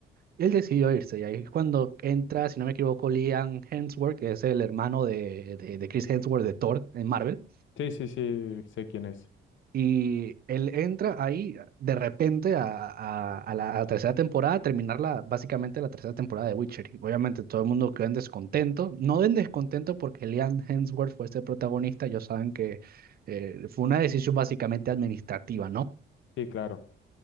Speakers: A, on the right (about 50°); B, on the left (about 75°).
A: Él decidió irse y ahí es cuando entra, si no me equivoco, Liam Hemsworth, que es el hermano de, de, de Chris Hemsworth de Thor en Marvel
B: Sí, sí, sí, sé quién es.
A: Y él entra ahí de repente a, a- a la, a la tercera temporada, a terminar la, básicamente la tercera temporada de Witcher. Y obviamente todo el mundo quedó en descontento. No en descontento porque Liam Hemsworth fue este protagonista. Ellos saben que eh, fue una decisión básicamente administrativa, ¿no?
B: Sí, claro.